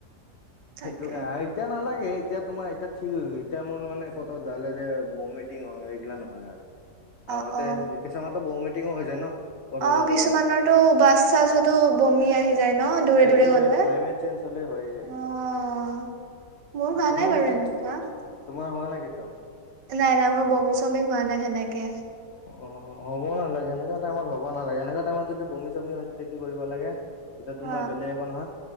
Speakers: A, on the right; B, on the left.
A: খাই।
B: তো‌ খায় এতিয়া নালাগে এতিয়া তোমাৰ এতিয়া। ঠিক হৈ গৈ এতিয়া মোৰ মানে কতো জালে যে বমিটিং হয় এইগিলা নহয় আৰু।
A: অ
B: আগতে
A: অ
B: কিছুমান তো বমিটিংও হৈ যায় ন। কৰ'বা
A: অহ
B: কৰ'বা
A: কিছুমানৰ
B: গ'লে
A: টো বাছ চাছতো বমি আ। হি যায় ন দূৰে
B: সেইটো
A: দূৰে গলে
B: ক্লাইমেট চেঞ্জ হলে হৈ যায়
A: অহ।
B: এইগিলা
A: মোৰ ভালেই
B: তোমাৰ
A: বাৰু
B: মতে
A: এনেকুৱা।
B: তোমাৰ হোৱা নাই কেতিয়াও
A: নাই নাই মোৰ বমি চমি হোৱা নাই এনেকে।
B: অহ হ'ব নালাগে এনেকা টাইমত হব নালাগে এনেকা টাইমত যদি বমি চমি হয় তেতিয়া কি কৰিব লাগে। তেতিয়া
A: অ
B: তোমাৰ বেলেগ একো নহয়।